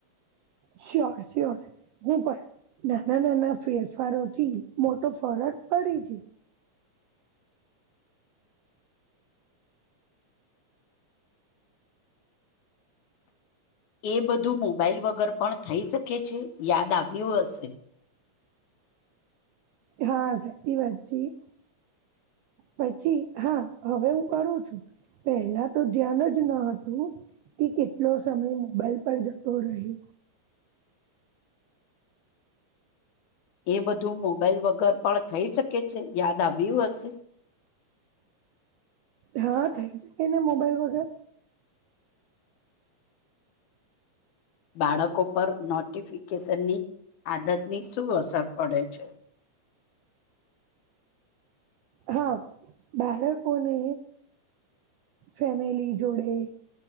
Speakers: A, on the right (about 80°); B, on the left (about 80°).
A: શયોર શયોર, હું પણ. નાના નાના ફેરફારોથી મોટો ફરક પડે છે.
B: એ બધું મોબાઈલ વગર પણ થઈ શકે છે યાદ આવ્યું હશે.
A: હા, સાચી વાત છે ઈ. પછી હા, હવે હું કરું છું. પહેલાં તો ધ્યાન જ ન હતું. કે કેટલો સમય મોબાઈલ પર જતો રહે.
B: એ બધું મોબાઈલ વગર પણ થઈ શકે છે યાદ આવ્યું હશે.
A: હા, થઈ શકેને મોબાઈલ વગર.
B: બાળકો પર નોટિફિકેશનની આદતની શું અસર પડે છે?
A: હા, બાળકોને. ફેમેલી જોડે.